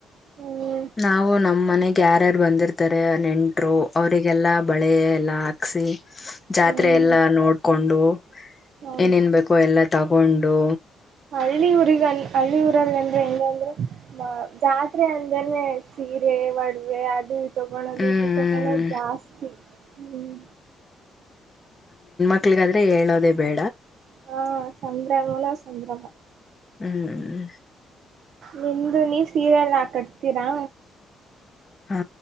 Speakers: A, on the right (about 70°); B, on the left (about 30°).
A: ಹ್ಮ್
B: ನವು ನ ನಮ್ಮ್ ಮನೆಗೆ ಯಾರ್ಯಾರು ಬಂದಿರ್ತಾರೆ ನೆಂಟರು ಅವರಿಗೆಲ್ಲ ಬಳೆ ಎಲ್ಲ ಹಾಕ್ಸಿ ಜಾತ್ರೆ
A: ಹ್ಮ್
B: ಎಲ್ಲಾ ನೋಡ್ಕೊಂಡ ಕೊಂಡು
A: ಹೌದು
B: ಏನೇನ್ ಬೇಕು ಎಲ್ಲ ತಗೊಂಡು
A: ಹಳ್ಳಿ ಊರಿಗ ಹಳ್ಳಿ ಊರಲ್ಲ ಹೆಂಗ ಅಂದ್ರೆ ಜಾತ್ರೆ ಅಂದ್ರೇನೆ ಸೀರೆ ಒಡವೆ ಅದು ತಗೊಳ್ಳಳದಿದ್ರೆ
B: ಹ್ಮ್
A: ತಗೊಳ್ಳಳ ಜಾಸ್ತಿ ಹ್ಮ್
B: ಮಕ್ಳಿಗಾದ್ರೆ ಹೇಳೋದೇ ಬೇಡ
A: ಹಾ ಸಂಭ್ರಮನೋ ಸಂಭ್ರಮ
B: ಹ್ಮ್್ಮ
A: ನಿಮ್ದು ನೀವು ಸೀರೆ ಎಲ್ಲಾ ಕಟ್ತೀರಾ
B: ಹಾ